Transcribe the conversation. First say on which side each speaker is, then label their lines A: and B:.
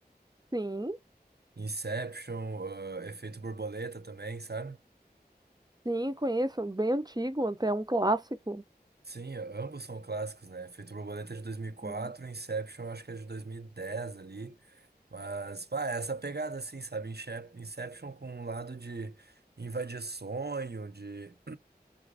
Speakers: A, on the right; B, on the right.
A: Sim,
B: Inception, ah, Efeito Borboleta também, sabe?
A: sim, conheço. Bem antigo, até um clássico.
B: Sim, ambos são clássicos, né? Efeito Borboleta é de dois mil e quatro,
A: Sim.
B: Inception acho que é de 2010 ali, mas, pá, é essa pegada assim, sabe? Inche- Inception com um lado de invadir sonho, de